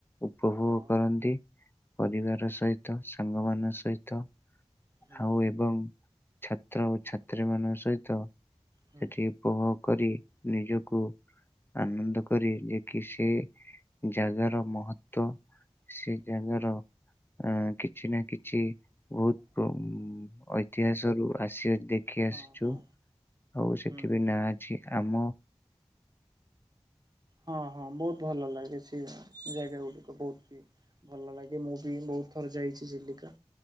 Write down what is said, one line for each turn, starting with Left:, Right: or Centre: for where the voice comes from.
Left: ଉପଭୋଗ
Right: ହଁ
Left: କରନ୍ତି। ପରିବାର ସହିତ ସାଙ୍ଗ ମାନଙ୍କ ସହିତ
Right: ହଁ ହୁଁ
Left: ଆଉ ଏବଂ ଛାତ୍ର ଓ ଛାତ୍ରୀ ମାନଙ୍କ ସହିତ
Right: ହୁଁ
Left: ସେଠି ଉପଭୋଗ କରି ନିଜକୁ ଆନନ୍ଦ କରି ଯେ କି ସେ ଜାଗାର ମହତ୍ବ ସେ ଜାଗାର ଉଁ- କିଛି ନା କିଛି ବହୁତୁ ଉମ ଐତିହାସିକ୍ ହଁ ରୁ ଆସି ଦେଖି
Right: ହଁ
Left: ଆସିଛୁ
Right: ହଁ
Left: ଆଉ ସେଠି
Right: ହୁଁ
Left: ବି
Right: ହୁଁ
Left: ନାଁ ଅଛି ଆମ
Right: ହଁ ହଁ ବହୁତ ଭଲ ଲାଗେ ସେ ଜାଗା ଗୁଡ଼ିକ ବହୁତ ହି। ଭଲ ଲାଗେ ମୁଁ ବି ବହୁତ ଥର ଯାଇଛି ଚିଲିକା।